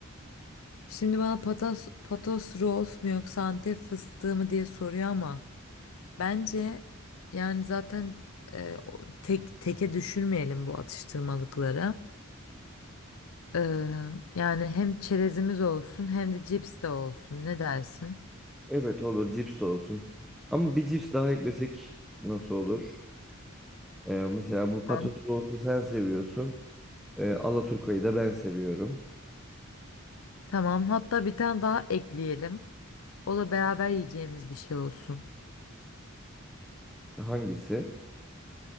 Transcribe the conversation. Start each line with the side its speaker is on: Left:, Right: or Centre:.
Left: Şimdi bana patas, patos rolls mu yoksa Antep fıstığı mı diye soruyor ama. Bence yani zaten e, o- tek teke düşürmeyelim bu atıştırmalıkları. E, yani hem çerezimiz olsun hem de cips de olsun. Ne dersin?
Centre: Evet olur cips de olsun. Ama bir cips daha eklesek nasıl olur? Ee, mesela bu Patos
Left: Tamam.
Centre: Rose'u sen seviyorsun. Ee, Alaturka'yı da ben seviyorum.
Left: Tamam. Hatta bir tane daha ekleyelim. O da beraber yiyeceğimiz bir şey olsun.
Centre: Hangisi?